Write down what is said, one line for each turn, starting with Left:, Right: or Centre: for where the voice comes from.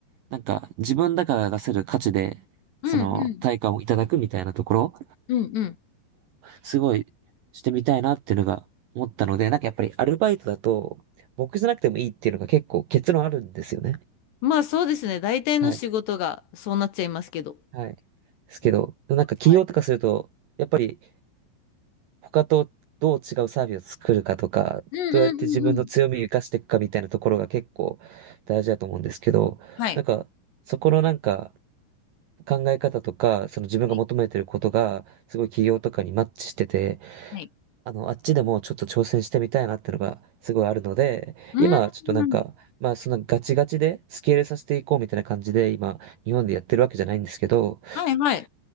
Right: なんか自分だから出せる価値で、
Left: うんうん
Right: その対価をいただくみたいなところ、
Left: うんうん
Right: すごいしてみたいなっていうのが思ったので、なんかやっぱりアルバイトだと、僕じゃなくてもいいっていうのが結構結論あるんですよね。
Left: まあそうですね大体の仕事がそうなっちゃいますけど
Right: はい。はい。ですけど、
Left: 今は
Right: なんか起業とかすると、
Left: い
Right: やっぱり他とどう違うサービスを作るかとか、
Left: うんうんうんうん。
Right: どうやって自分の強みを生かしていくかみたいなところが結構大事だと思うんですけど、
Left: はい。
Right: なんかそこのなんか、考え方とか、その自分が求めてることが、
Left: はい。
Right: すごい企業とかにマッチしてて、
Left: はい。
Right: あの、あっちでもちょっと挑戦してみたいなってのがすごいあるので、
Left: うん。
Right: 今ちょっとなんか、
Left: うん
Right: まあそんなガチガチでスケールさせていこうみたいな感じで、今、日本でやってるわけじゃないんですけど、
Left: はいはい。